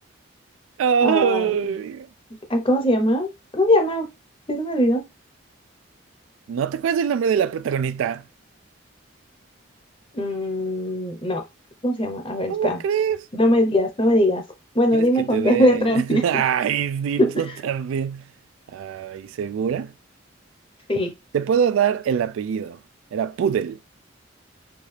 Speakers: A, on the right; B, on the left.
A: Ay,
B: a, a- ¿cómo se llama? ¿Cómo se llama? ¿Sí se me olvidó?
A: ¿no te acuerdas el nombre de la protagonista?
B: Mm, no, ¿cómo se llama? A ver,
A: ¿Cómo
B: espera.
A: crees?
B: No me digas, no me digas. Bueno,
A: ¿Quieres
B: dime
A: que te
B: con
A: dé?
B: qué <laughs> letra empieza.
A: <laughs> Ay, sí,
B: <laughs>
A: tú también. Ay, ¿segura?
B: Sí.
A: Te puedo dar el apellido. Era Pudel.